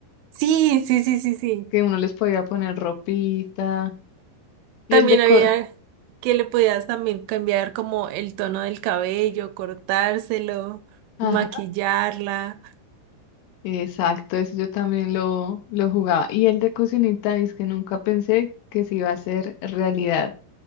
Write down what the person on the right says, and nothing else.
Sí, sí, sí, sí, sí.
También
había
que le podías también cambiar como el tono del cabello, cortárselo,
maquillarla.